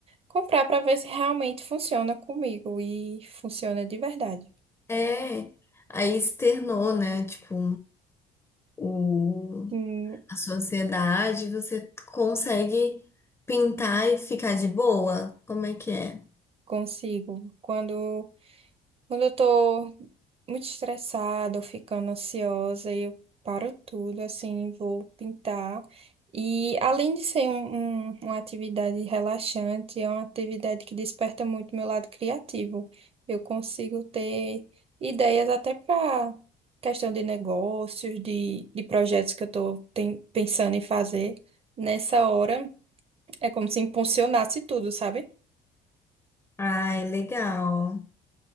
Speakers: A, on the right (about 35°); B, on the left (about 15°).
A: comprar para ver se realmente funciona comigo. E funciona de verdade.
B: É, aí externou, né? Tipo, o
A: Hum,
B: a sua ansiedade, você consegue pintar e ficar de boa? Como é que é?
A: consigo. Quando Quando eu tô muito estressada ou ficando ansiosa, eu paro tudo, assim, vou pintar. E além de ser um- um- uma atividade relaxante, é uma atividade que desperta muito meu lado criativo. Eu consigo ter ideias até para questão de negócios, de, de projetos que eu estou pensando em fazer. Nessa hora, é como se impulsionasse tudo, sabe?
B: Ai, legal.